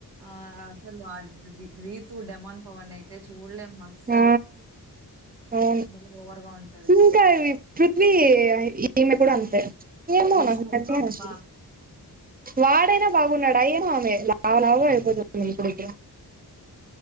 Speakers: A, on the right; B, on the right.
A: ఆ... అసలు వళ్ రీతు డెమాన్ వాణైతే చూడలేదు అస్సలు
B: ఆ అవును
A: భలే ఓవర్‌గా ఉంటది.
B: ఇంకా పృథ్వీ ఈమె కూడా అంతే ఏమో
A: 'విష్ణు'
B: నాకు పచ్చిగ
A: అబ్బా!
B: నచ్చదు వాడైయినా బాగున్నాడా ఏమో ఆమె లావు లావు గా అయిపోతుంది ఇపుడు ఇపుడు